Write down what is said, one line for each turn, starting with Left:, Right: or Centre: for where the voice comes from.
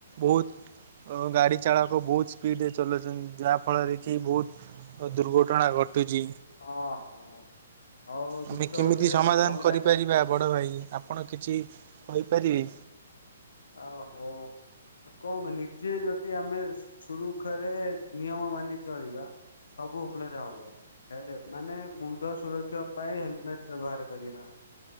Right: ବହୁତ ଓ ଗାଡ଼ି ଚାଳକ ବହୁତ ସ୍ପିଡ଼ରେ ଚଲଉଛନ୍ତି, ଯାହାଫଳରେ କି ବହୁତ ଦୁର୍ଘଟଣା ଘଟୁଛି।
Left: ଓହୋ ହଉ
Right: ଆମେ
Left: ଦ୍ରୁତଗତିରେ
Right: କେମିତି ସମାଧାନ
Left: ଚଲେଇବା
Right: କରିପାରିବା
Left: ଟା
Right: ବଡ଼ ଭାଇ ଆପଣ କିଛି କହିପାରିବେ।
Left: ଓହୋ କଣ ନିଜେ ଯଦି ଆମେ ସୁରୁଖୁରେ ନିୟମ ମାନି ଚଳିବା ସବୁ ଭଲରେ ହେବ। ହେଲମଟ ମାନେ ମୁଣ୍ଡ ସୁରକ୍ଷା ପାଇଁ ହେଲମେଟ୍ ବ୍ୟବହାର କରିବା।